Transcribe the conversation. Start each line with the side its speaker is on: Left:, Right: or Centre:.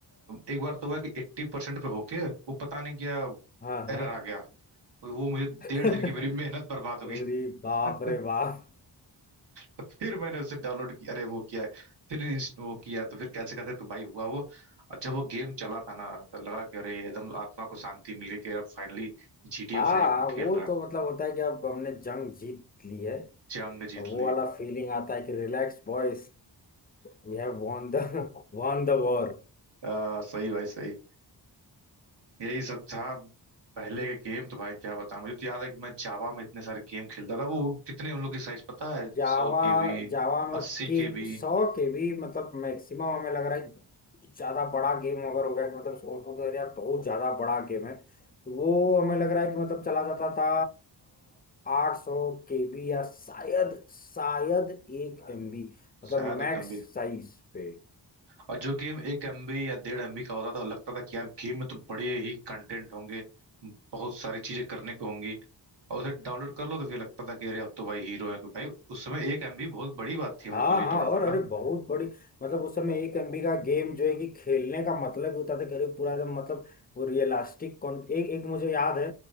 Right: एक बार तो हुआ कि एट्टी परसेंट पे होके वो पता नहीं क्या
Left: हाँ हाँ
Right: एरर आ गया वो मुझे डेढ़
Left: <laughs>
Right: दिन की मेरी
Left: अरे
Right: मेहनत बर्बाद हो
Left: बाप रे
Right: <laughs>
Left: बाप
Right: तो फिर मैंने उसे डाउनलोड किया अरे वो किया है, फिर इंस्ट वो किया तो फिर कैसे कैसे तो भाई हुआ वो और जब वो गेम चला था ना तो लगा कि अरे एकदम आत्मा को शांति मिल गई कि अब फाइनली GTA
Left: हाँ
Right: 5 हम खेल
Left: वो
Right: रहे हैं
Left: तो मतलब होता है कि अब हमने जंग जीत ली है
Right: जंग जीत
Left: और वो
Right: ली
Left: वाला
Right: <laughs>
Left: फीलिंग आता है कि relax boys We have won the <laughs> won the war
Right: आ, सही भाई सही यही सब था पहले के गेम तो भाई क्या बताऊं मुझे तो याद है कि मैं जावा में इतने सारे गेम खेलता था वो कितने उन लोग की साइज पता है
Left: Java
Right: सौ के बी
Left: Java
Right: अस्सी
Left: की
Right: के बी
Left: सौ के भी मतलब मैक्सिमम हमें लग रहा है कि ज्यादा बड़ा गेम अगर हो गया कि मतलब सोचो कि अरे यार बहुत ज्यादा बड़ा गेम है तो वो हमें लग रहा है कि मतलब चला जाता था आठ सौ के बी या शायद शायद एक एम बी मतलब
Right: शायद एक
Left: मैक्स
Right: कम भी
Left: साइज पे
Right: और जो गेम एक एमबी या डेढ़ एमबी का होता था वो लगता था कि यार गेम में तो बड़े ही कंटेंट होंगे बहुत सारी चीजें करने को होंगी और उसे डाउनलोड कर लो तो फिर लगता था कि अरे अब तो भाई हीरो है कोई भाई उस समय एक एमबी बहुत बड़ी बात थी हम
Left: हाँ
Right: लोग के लिए डाउनलोड
Left: हाँ और
Right: करना
Left: अरे बहुत बड़ी मतलब उस समय एक एमबी का गेम जो है कि खेलने का मतलब ही होता था करीब पूरा एकदम मतलब वो रियलिस्टिक कॉन एक एक मुझे याद है